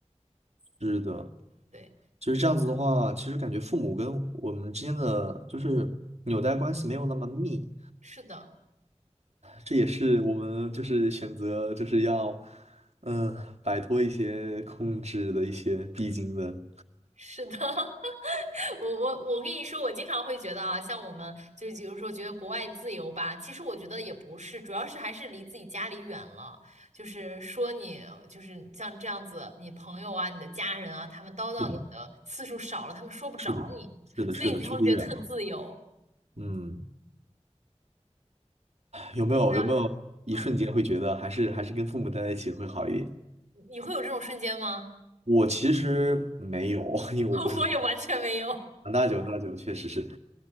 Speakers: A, on the right (about 65°); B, on the right (about 80°).
A: 是的，
B: 对，
A: 其实这样子的话，其实感觉父母跟我们之间的就是纽带关系没有那么密，
B: 是的。
A: 这也是我们就是选择就是要嗯摆脱一些控制的一些必经的。
B: 是的，<laughs> 我我我跟你说，我经常会觉得啊，像我们就是比如说觉得国外自由吧，其实我觉得也不是，主要是还是离自己家里远了。就是说你就是像这样子，你朋友啊、你的家人啊，他们叨叨你的次数少了，
A: 是的。
B: 他们说不着你，
A: 是的，是的，
B: 所以你才会觉得特自由。
A: 是的，距离远了。嗯，有没有有没有一瞬间会觉得还是还是跟父母待在一起会好一点？
B: 如果要是嗯，你会有这种瞬间吗？
A: 我其实没有，<laughs> 因为我不是很
B: <laughs> 我也完全没有，
A: 很大久，长大久确实是，